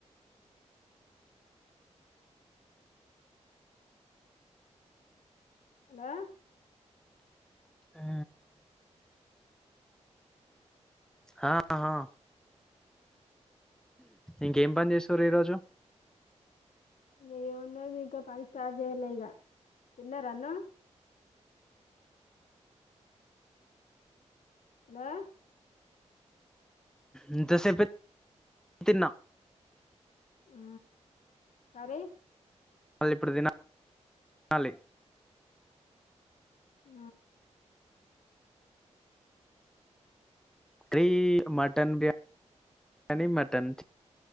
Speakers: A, on the left; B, in the centre.
A: హలా
B: ఆ హాహా ఇంకేం పని చేస్తారు ఈరోజు
A: ఇ ఏమున్నాది ఇంకా పని స్టార్ట్ చేయలేక తిన్నారా అన్న హలో
B: ఇంతసేపే తిన్నా
A: ఆ కరీ
B: మళ్ళిప్పుడు తిన ఆలి
A: ఆ
B: త్రీ మటన్ బిర్యానీ మటన్, చి